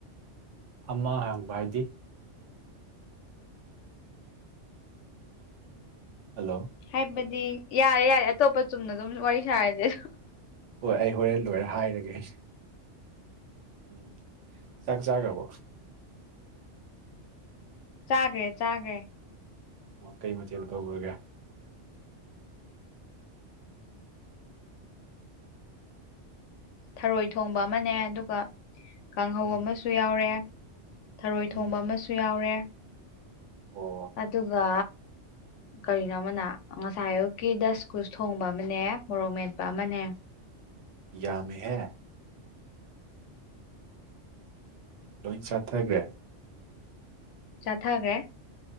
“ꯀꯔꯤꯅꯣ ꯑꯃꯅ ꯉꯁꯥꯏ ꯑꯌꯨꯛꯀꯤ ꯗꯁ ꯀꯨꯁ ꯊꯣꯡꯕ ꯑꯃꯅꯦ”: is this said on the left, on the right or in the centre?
Left